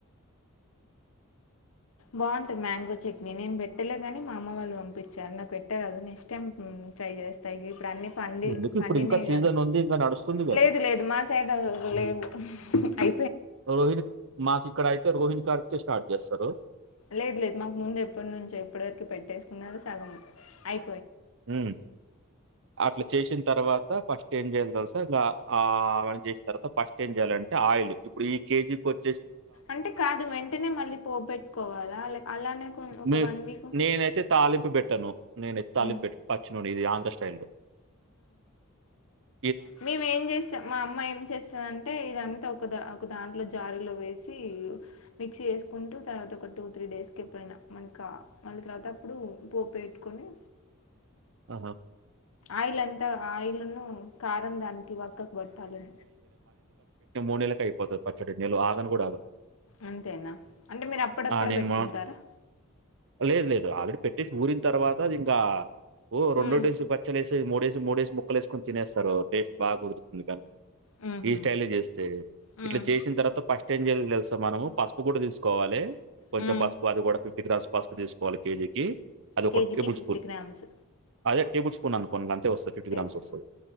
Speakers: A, on the right; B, on the left.
A: <inaudible>
B: బాగుంటుంది మ్యాంగో చట్నీ నేను పెట్టలే గాని మా అమ్మ వాళ్ళు పంపించారు నాకు పెట్టరాదు నెక్స్ట్ టైమ్ ట్రై చేస్త ఇవి ఇప్పుడన్ని పండి
A: ఎందుకు
B: పండినేయి
A: ఇప్పుడు ఇంకా సీజన్
B: కద
A: ఉంది ఇంకా నడుస్తుంది కదా
B: లేదు లేదు మా సైడ్అవి లేవు హు అ
A: రోహిణ మాకు ఇక్కడ అయితే రోహిణి కార్తికె స్టార్ట్ జేస్తరు
B: లేదు లేదు మాకు ముందు ఎప్పటి నుంచో ఎప్పటి వరకు పెట్టేసుకున్నారో సగం అయి
A: మ్ అట్ల చేసిన తర్వాత ఫస్ట్ ఏం చేయాలి తెలుసా అ చేసిన తర్వాత ఫస్ట్ ఏం చేయాలంటే ఆయిల్ ఇప్పుడు ఈ కేజీ కోట్
B: అంటే కాదు వెంటనే మళ్ళీ పోబెట్టుకోవాలా లేక అలానే ఒక
A: నే
B: వన్ వీక్
A: నేనైతే తాలింపు పెట్టను నేనైతే తాలింపు
B: ఉమ్
A: పె పచ్చినూనె ఇది ఆంధ్ర స్టైల్లో <inaudible>
B: మేమ్ ఎమ్ చేస్తా మా అమ్మ ఏం చేస్తాదంటే ఇదంతా ఒక ఒక దాంట్లో జారులో వేసి మిక్సీ చేసుకుంటూ తర్వాత ఒక టూ త్రీ డేస్ కి ఎప్పుడైనా మనక మళ్ళీ తర్వాత ఇప్పుడు పోప్ పెట్టుకొని
A: అహ
B: ఆయిల్ అంతా ఆయిల్ను కారం దానికి వక్కకు పట్టాలె
A: మూడు నెల్లకి అయిపోతది పచ్చడి నెలు ఆగను కూడా ఆగదు
B: అంతేనా అంటే మీరు అప్పుడప్పుడే
A: ఆ! నేను
B: పెట్టుకుంటారా
A: మొ లేదు లేదు. ఆల్రెడీ పెట్టేసి ఊరిన తర్వాత అది ఇంకా ఓ రెండో
B: హ్మ్.
A: డేస్ పచ్చ మూడేసి మూడేసి ముక్కలు ఏసుకని తినేస్తారు టేస్ట్ బాగా కుదురుతుంది కానీ
B: హుహు.
A: ఈ స్టైల్ చేస్తే
B: హ్మ్.
A: ఇట్లా చేసిన తర్వాత ఫస్ట్ ట్లేజేయాలె తెలుస మనము పసుపు గుడా తీసుకోవాలె కొంచెం
B: హ్మ్.
A: పసుపు అది కూడా ప్ ఇక్కడ రాజ్ పస్పు తీసుకోవాలి కేజీకి అదొక
B: కేజీకిి
A: టేబుల్
B: ఫిఫ్టీ
A: స్పూన్.
B: గ్రామ్స్
A: అదే టేబుల్ స్పూన్ అనుకోను అంతే వస్తది ఫిఫ్టీ
B: టేబుల్.
A: గ్రామ్స్ వస్తది